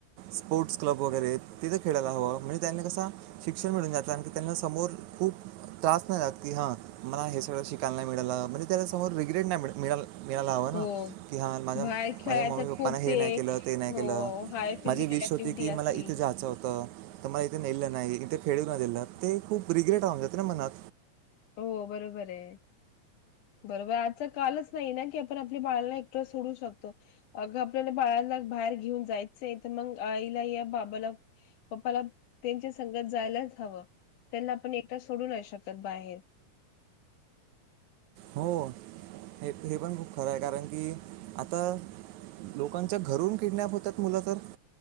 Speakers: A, on the right; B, on the left.
A: स्पोर्ट्स क्लब वगैरे तिथं खेडायला हवं म्हणजे त्यांनी कसा शिक्षण मिळून जात आण की त्यांना समोर खूप त्रास नाही रहात की हा मला हे सगळं शिकायला नाही मिळालं म्हणजे त्याला समोर रिग्रेट नाही मिळा मिळाला मिळायला हवं ना
B: हो.
A: की हां माझ्या
B: बाहेर खेळायचं
A: माझ्या मम्मी पप्पाना
B: खूप
A: हे
B: ते
A: नाही केलं ते नाही
B: हो,
A: केलं
B: हाय फिजिकल
A: माझी विश
B: ॲक्टिव्हिटी
A: होती की
B: असती.
A: मला इथे जायचं होतं. त मला इथे नेल नाही इथे खेळू नाही दिलं ते खूप रिग्रेट राहून जाते ना मनात
B: हो बरोबर आहे बरोबर आजचा कालच नाही ना की आपण आपल्या बाळाला एकटा सोडू शकतो अग आपल्याला बाळाला बाहेर घेऊन जायचंय तर मग आईला या बाबाला पप्पाला त्यांच्या संगत जायलाच हवं त्यांना आपण एकट सोडू नाही शकत बाहेर.
A: हो हे हे पण खूप खरं आहे कारण की आता लोकांच्या घरून किडनॅप होतात मुलं तर